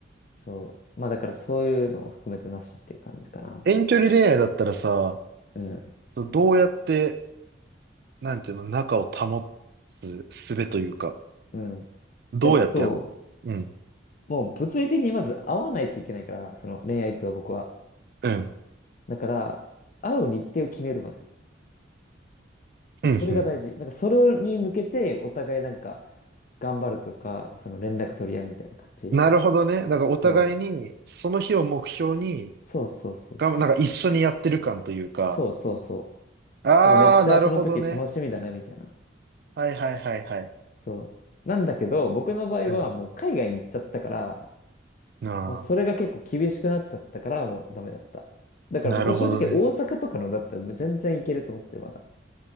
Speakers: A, on the left; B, on the right.
A: そう。まあ、だからそういうのを含めてなしっていう感じかな。
B: 遠距離恋愛だったらさ、
A: うん。
B: そう、どうやって、なんていうの、仲を保つ術というか、
A: うん。
B: どうやってやるのうん、
A: えっと、もう物理的にまず会わないといけないから、その恋愛とは僕は。
B: うん、
A: だから、会う日程を決める、まず。
B: うん、
A: それが大事。
B: うん。
A: なんか、それに向けて、お互いなんか、頑張るとか、その連絡取り合うみたいな感じ。
B: なるほどね。だからお互いに、
A: そう。
B: その日を目標に、
A: そうそうそうそう。
B: が、なんか一緒にやってる感というか、
A: そうそうそ
B: ああ、
A: う。なんか、めっちゃその時楽しみだね、
B: なるほどね。
A: みたいな。
B: はいはいはいはい。
A: そう。なんだけど、僕の場合はもう海外に行っちゃったから、
B: うん。あ
A: もうそれが結構厳しくなっちゃったから、もうダメだった。だから僕は正直大阪とかのだったらもう全然いけると思ってる、
B: あ、なるほどね。
A: まだ。